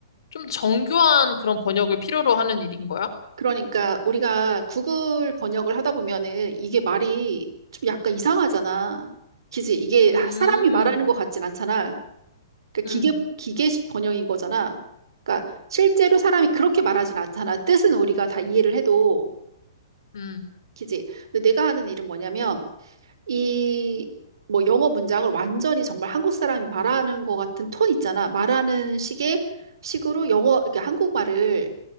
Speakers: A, on the left; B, on the right.
A: 좀 정교한 그런 번역을 필요로 하는 일인 거야?
B: 그러니까 우리가 구글 번역을 하다 보면은 이게 말이 좀 약간 이상하잖아. 그지? 이게
A: 음,
B: 사람이 말하는 것 같진 않잖아. 그러니까
A: 음,
B: 기계, 기계식 번역인 거잖아. 그러니까 실제로 사람이 그렇게 말하진 않잖아. 뜻은 우리가 다 이해를 해도,
A: 음.
B: 그지? 근데 내가 하는 일은 뭐냐면, 이, 뭐 영어 문장을 완전히 정말 한국 사람이 말하는 것 같은 톤 있잖아. 말하는 식의, 식으로 영어, 이렇게 한국말을